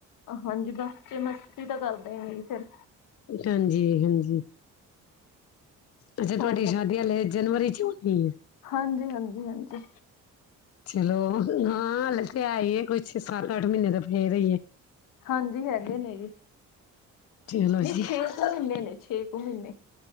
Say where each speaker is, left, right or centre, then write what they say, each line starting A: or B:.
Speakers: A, on the left; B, on the left.
A: ਹਾਂਜੀ ਬੱਚੇ ਮਸਤੀ ਤਾਂ ਕਰਦੇ ਈ ਨੇ ਫੇਰ।
B: ਹਾਂਜੀ-ਹਾਂਜੀ। ਅੱਛਾ
A: ਹੋਰ
B: ਤੁਹਾਡੀ ਸ਼ਾਦੀ ਹਲੇ ਜਨਵਰੀ ਚ ਹੋਨੀ ਏ।
A: ਹਾਂਜੀ-ਹਾਂਜੀ-ਹਾਂਜੀ।
B: ਚਲੋ ਹਾਂ ਹਲੇੇ ਤੇ ਆਈ ਏ ਕੁੱਛ ਸੱਤ ਅੱਠ ਮਹੀਨੇ ਦਾ ਫੇਰ ਈ। ਏ।
A: ਹਾਂਜੀ ਹੈਗੇ ਨੇ ਜੀ,
B: ਚਲੋ
A: ਨਈ
B: ਜੀ
A: ਛੇ ਕੁ ਮੀਨੇ ਨੇ ਛੇ ਕੁ ਮੀਨੇ।